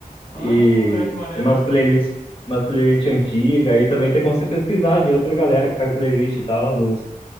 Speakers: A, on the left (about 70°); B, on the left (about 40°).
A: Ah,
B: E,
A: olha que maneiro.
B: e umas playlists, umas playlists antigas, aí também tem como você pesquisar de outra galera que faz playlist e tal, de, uns-